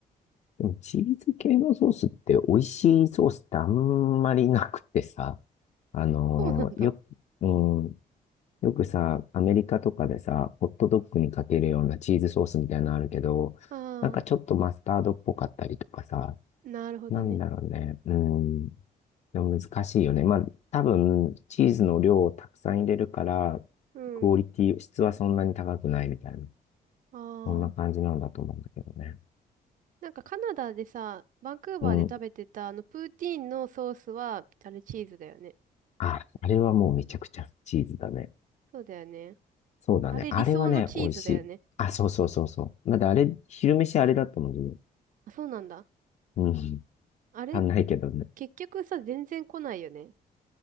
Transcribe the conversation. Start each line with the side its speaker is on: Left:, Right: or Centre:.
Left: でもチーズ系のソースって美味しいソースってあんまりなくてさ、あのーよ、
Right: そうなんだ。
Left: うん、よくさ、アメリカとかでさ、ホットドッグにかけるようなチーズソースみたいなのあるけど、
Right: あ
Left: なんかちょっとマスタードっぽかったりとかさ、
Right: あ、なるほどね。
Left: なんだろうね、うん、でも難しいよね。まあ、多分、チーズの量をたくさん入れるから、
Right: うん。
Left: クオリティ、質はそんなに高くないみたいな、
Right: あ
Left: そんな感じなんだと思うんだけどね。
Right: あ。なんか、カナダでさ、バンクーバーで食べてた、
Left: うん
Right: あの、プーティーンのソースは、あれ、チーズだよね。
Left: あ、あれはもうめちゃくちゃチーズだね。
Right: そうだよね。
Left: そうだね。
Right: あれ、
Left: あれはね、
Right: 理想のチーズだよね。
Left: 美味しい。あ、そうそうそうそう。まだってあれ、昼飯あれだったもん、自分。
Right: あ、そうなんだ。
Left: うん。
Right: あれ、
Left: 足んないけどね。
Right: 結局さ、全然来ないよね。